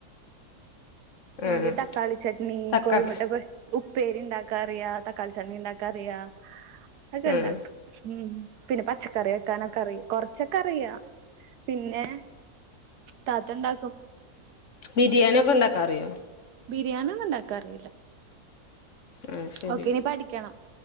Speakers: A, on the left; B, on the right.
A: ആഹ്
B: എങ്കി തക്കാളി ചട്നി
A: തക്കാളി
B: കോഴിമുട്ട പൊരിച്ച് ഉപ്പേരി ഇണ്ടാക്കാറിയാ തക്കാളി ചട്ട്നി ഇണ്ടാക്കാറിയാ അഅക്ക
A: ഉം
B: ഇണ്ടാകും ഉം പിന്നെ പച്ചക്കറി വെക്കാനൊക്കെ അറിയ കൊറച്ചൊക്കെ അറിയാ പിന്നെ താത്തണ്ടാ
A: ബിരിയാണിക്കെ ഉണ്ടാക്കാൻ അറിയോ
B: ബിരിയാണി ഒന്നും ഇണ്ടാക്കാൻ അറിയില്ല
A: ആഹ് ശരി
B: ഓക്കെ ഇനി പഠിക്കണം